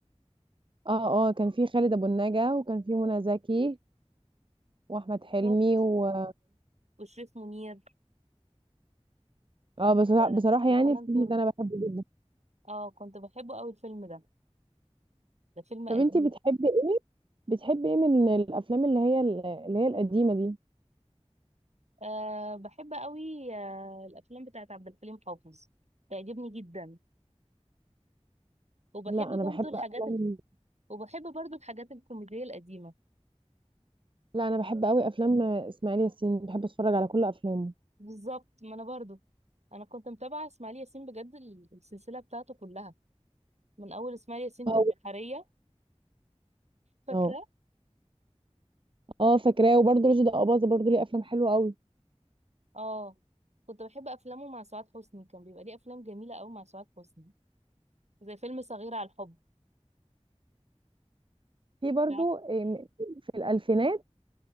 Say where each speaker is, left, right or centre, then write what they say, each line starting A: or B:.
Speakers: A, on the right (about 50°); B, on the right (about 75°).
A: اه اه كان فيه خالد أبو النجا وكان فيه منى زكي وأحمد
B: بالظبط
A: حلمي و
B: وشريف منير
A: اه بصراحة,
B: آه،
A: بصراحة
B: وحنان
A: يعني الفيلم
B: ترك
A: ده أنا بحبه جدا
B: اه كنت بحبه قوي الفيلم ده ده فيلم
A: طب
B: قديم
A: انتي بتحبي ايه بتحبي ايه من الأفلام اللي هي اللي هي القديمة دي
B: آه بحب قوي آه الافلام بتاعت عبد الحليم حافظ تعجبني جدا وبحب
A: لا أنا
B: برضو
A: بحب
B: الحاجات
A: أفلام
B: ال... وبحب برضو الحاجات الكوميدية القديمة
A: لا أنا بحب أوي أفلام إسماعيل ياسين بحب أتفرج على كل أفلامه
B: بالظبط ما انا برضو انا كنت متابعة اسماعيل ياسين بجد ال- السلسلة بتاعته كلها من اول اسماعيل ياسين
A: اه
B: في البحرية فاكرة
A: اه اه فاكراه وبرضه رشدي أباظة برضه ليه أفلام حلوة أوي
B: اه كنت بحب افلامه مع سعاد حسني كان بيبقى ليه افلام جميلة قوي مع سعاد حسني زي فيلم صغيرة على الحب
A: في برضه
B: عارف
A: إيه، في الألفينات